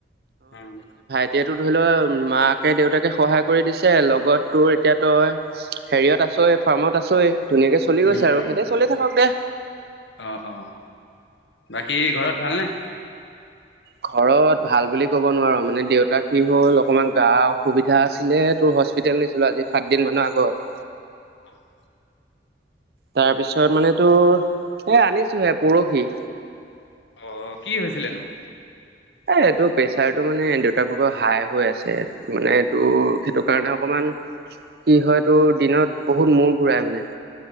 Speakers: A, on the left (about 90°); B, on the right (about 60°).
A: উম।
B: এতিয়াতো ধৰি লওঁ মাকে দেউতাকে সহায় কৰি দিছে, লগত তোৰ এতিয়া তই হেৰিয়ত আছই ফাৰ্মত আছই, ধুনীয়াকে চলি
A: উম
B: গৈছে আৰু
A: উম
B: সেইতে চলি থাকক দে।
A: অ অ। বাকী ঘৰত ভালনে?
B: ঘৰত ভাল বুলি ক'ব নোৱাৰ, মানে দেউতা কি হ'ল অকণমান গা অসুবিধা আছিলে তো হস্পি- তেতিয়া নিছিলোঁ‌ আজি সাতদিন মানৰ আগত।
A: <unintelligible>
B: তাৰপিছত মানে তোৰ, এ আনিছোঁ‌ হে পৰহি।
A: অ', কি হৈছিলেনোঁ‌?
B: এই এইটো প্ৰেচাৰটো মানে দেউতা ভাগৰ হাই হৈ আছে, মানে তোৰ সেইটো কাৰণে অকমান কি হয় তোৰ, দিনত বহুত মূৰ ঘূৰাই মানে।